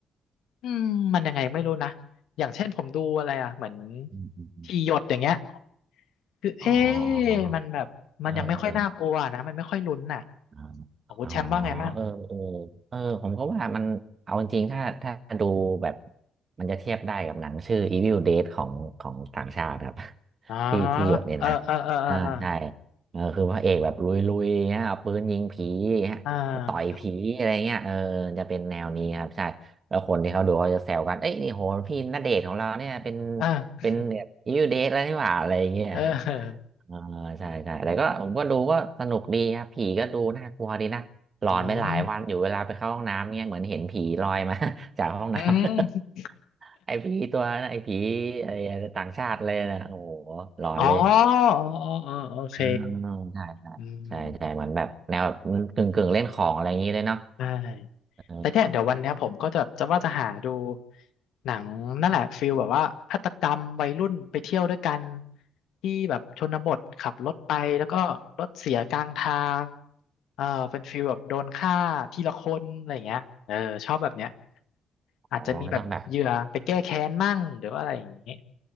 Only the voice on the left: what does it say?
อืมมันยังไงไม่รู้นะอย่างเช่นผมดูอะไรอ่ะเหมือน
ที่หยดอย่างเงี้ยคือเอ๊
ะมันแบบมันยังไม่ค่อยน่ากลัวนะมันไม่ค่อยลุ้นน่ะ
ของคุณแชมป์ว่าไงมั่ง
อ๋อ
เออเออเออเออเออ
อ่าเออ
เออ
อืม
อืม
อ๋ออ๋ออ๋อโอเค
อืมได้
แต่เนี่ยเดี๋ยววันเนี้ยผมก็จะจะว่าจะหาดูหนังนั่นแหละฟิลแบบว่าฆาตกรรมวัยรุ่นไปเที่ยวด้วยกันที่แบบชนบทขับรถไปแล้วก็รถเสียกลางทางเออเป็นฟิลแบบโดนฆ่าทีละคนอะไรอย่างเงี้ยเออชอบแบบเนี้ย
อาจจะมีแบบเหยื่อไปแก้แค้นมั่งหรือว่าอะไรอย่างงี้